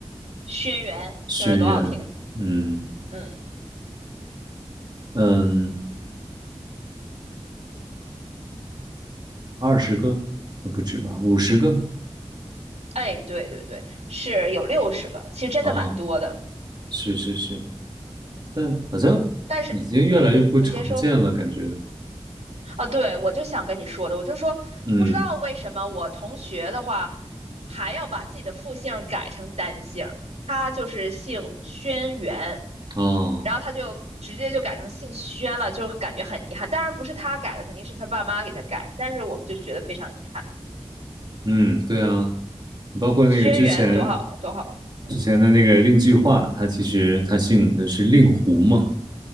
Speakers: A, on the right; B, on the right.
A: 轩辕听着多好听。
B: 轩辕，嗯
A: 嗯，
B: 嗯。二十个，呃不止吧，五十个
A: 哎，对对对，是有六十个，其实真的蛮多的。
B: 啊，是是是，但好像已经越来越不常见了，
A: 但是，嗯，你先说
B: 感觉，
A: 啊，对，我就想跟你说的，我就说不知道为什么我同学的话
B: 嗯，
A: 还要把自己的复姓改成单姓他就是姓轩辕。
B: 哦，
A: 然后他就直接就改成姓轩了，就感觉很遗憾。当然不是他改的，肯定是他爸妈给他改的但是我们就觉得非常遗憾。
B: 嗯，对啊，包括那个之前
A: 轩辕多好多好，嗯，
B: 之前的那个令计划，他其实他姓的是令狐嘛，